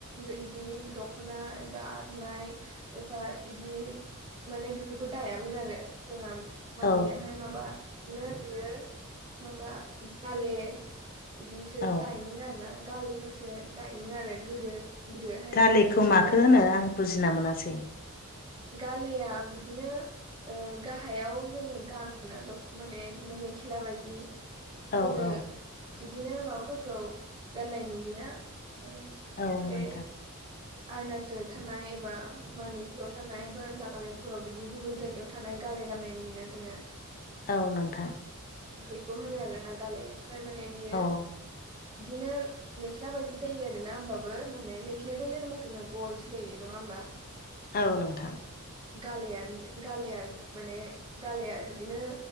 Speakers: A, on the right; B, on the left.
A: बिदि दख'ना बा आरनाय एफा गदि माने बेफोरखौ दायामोन आरो जोंहा मामियाहाय
B: औ
A: माबा इदिनो बेयो माबा गाले इदिसो
B: औ
A: दायोमोन आरो ना गालेफोरसो दायोमोन आरो गोदो गोदोहाय
B: गालेखौ
A: ओमफाय
B: माखो होनो आं बुजिना मोनासै
A: गालेआ बिदिनो ओ गाहायाव जोङो गानो ना द' माने बिदिनो मेख्ला बादि जोङो
B: औ औ
A: इदिनो माबाफोरखौ गाननाय नुयोना ओ
B: औ
A: बे
B: नोंथां
A: अरुणचल थानाय एबा मनिपुर थानाय थानाय बा नागालेण्डफोराव बिदि गुबुन जायगायाव थानाय गाले गाननाय नुयो ना जोङो
B: औ नोंथां
A: बेखौ होनो आरो ना गाले आमफ्राय माने बियो
B: औ
A: बिदिनो मेख्ला बायदि जायो आरोना होमबाबो माने मेख्लायाथ' जेनोबा जोंना ग'लसो जायो नङा होमबा
B: औ नोंथां
A: गालेयान गालेयान माने गालेआ इदिनो